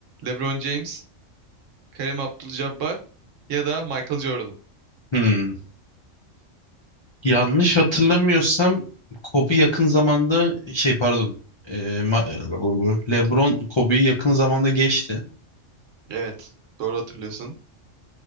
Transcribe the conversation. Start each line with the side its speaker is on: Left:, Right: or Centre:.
Right: LeBron James, Kareem Abdul-Jabbar ya da Michael Jordan.
Left: Hmm. Yanlış hatırlamıyorsam Kobe yakın zamanda şey pardon. Ee, Ma- LeBron Kobe'yi yakın zamanda geçti.
Right: Evet, doğru hatırlıyorsun.